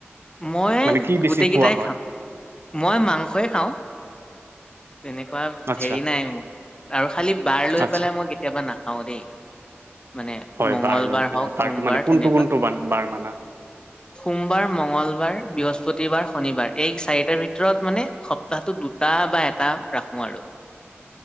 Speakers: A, on the left; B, on the right.
A: মই
B: মানে কি বেছি
A: গোটেই কেইটাই
B: খোৱা হয়
A: খাওঁ মই মাংসই খাওঁ তেনেকুৱা
B: আচ্ছা
A: হেৰি নাই মোৰ আৰু খালি বাৰ লৈ
B: আচ্ছা
A: পেলাই মই কেতিয়াবা নাখাও দেই মানে
B: হয়
A: মঙ্গলবাৰ
B: বাৰ লৈ পেলাই
A: হওক
B: বাৰটো
A: সোমবাৰ
B: মানে কোনটো
A: তেনেকুৱা
B: কোনটো বান- বাৰ মানা
A: সোমবাৰ মঙ্গলবাৰ বৃহস্ বৃহস্পতিবাৰ শনিবাৰ এই চাৰিটাৰ ভিতৰত মানে সপ্তাহটো দুটা বা এ এটা ৰাখোঁ আৰু